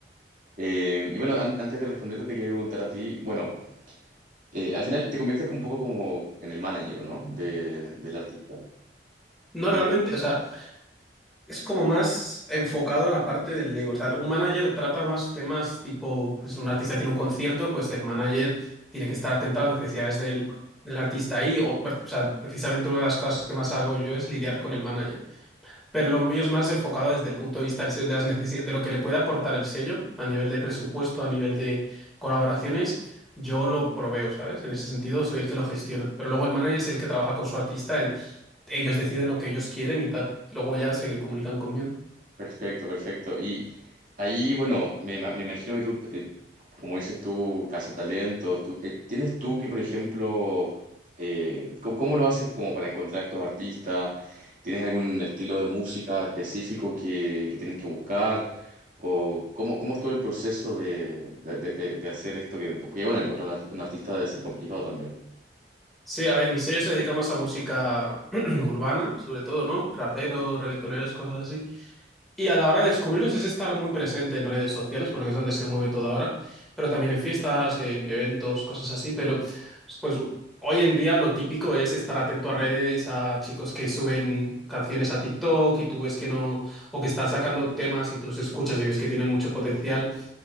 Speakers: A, on the right; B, in the centre.
A: Eh, y bueno, an- antes de responderte, te quiero preguntar a ti, bueno, eh, al final te conviertes un poco como en el manager, ¿no? De, del artista.
B: No,
A: Eh,
B: realmente, o sea, es como más enfocado a la parte del label. O sea, un manager trata más temas tipo, pues un artista tiene un concierto, pues el manager tiene que estar atento a las necesidades del, del artista ahí. O, o sea, precisamente una de las cosas que más hago yo es lidiar con el manager. Pero lo mío es más enfocado desde el punto de vista del sello, de las necesi- de lo que le puede aportar el sello a nivel de presupuesto, a nivel de colaboraciones. Yo lo proveo, ¿sabes? En ese sentido, soy el que lo gestiona. Pero luego el manager es el que trabaja con su artista en ellos deciden lo que ellos quieren y tal. Luego ya se comunican conmigo.
A: Perfecto, perfecto. Y ahí, bueno, me, ima- me imagino que tú, eh, como dices tú, cazatalentos, tú, eh, ¿tienes tú que, por ejemplo, eh, ¿cómo, cómo lo haces como para encontrar estos artistas? ¿Tienes algún estilo de música específico que, que tienes que buscar? ¿O cómo, cómo es todo el proceso de, de- de- de- de hacer esto? Que, porque, bueno, encontrar un, ar- un artista debe ser complicado también.
B: Sí, a ver, mi sello se dedica más a música <clears throat> urbana, sobre todo, ¿no? Raperos, reggaetoneros, cosas así. Y a la hora de descubrirlos es estar muy presente en redes sociales, porque es donde se mueve todo ahora, pero también en fiestas, en eventos, cosas así. Pero pues hoy en día lo típico es estar atento a redes, a chicos que suben canciones a TikTok y tú ves que no, o que están sacando temas y tú los escuchas y ves que tienen mucho potencial